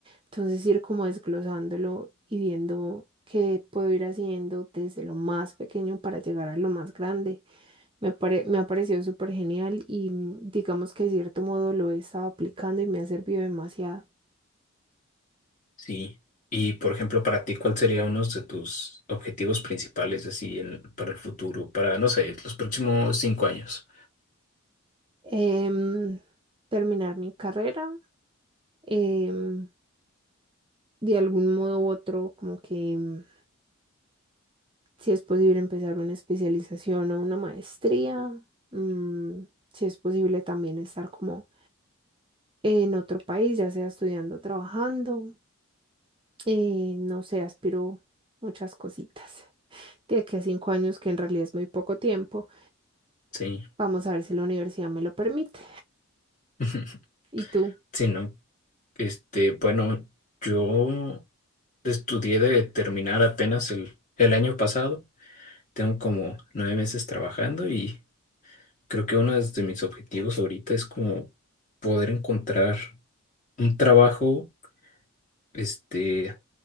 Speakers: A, on the right; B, on the left.
A: Entonces ir como desglosándolo y viendo qué puedo ir haciendo desde lo más pequeño para llegar a lo más grande. Me pare- me ha parecido súper genial y mm, digamos que de cierto modo lo he estado aplicando y me ha servido demasiado.
B: Sí. Y por ejemplo, para ti, ¿cuál sería uno de tus objetivos principales así en- para el futuro, para, no sé, los próximos cinco años?
A: Em, terminar mi carrera, em, de algún modo u otro, como que mm, si es posible empezar una especialización o una maestría, mm, si es posible también estar como en otro país, ya sea estudiando, o trabajando, eh, no sé, aspiro muchas cositas. De aquí a cinco años, que en realidad es muy poco tiempo,
B: Sí.
A: vamos a ver si la universidad me lo permite.
B: <laughs>
A: ¿Y tú?
B: Sí, no. Este, bueno, yo estudié de terminar apenas el, el año pasado. Tengo como nueve meses trabajando y creo que uno de mis objetivos ahorita es como poder encontrar un trabajo, este,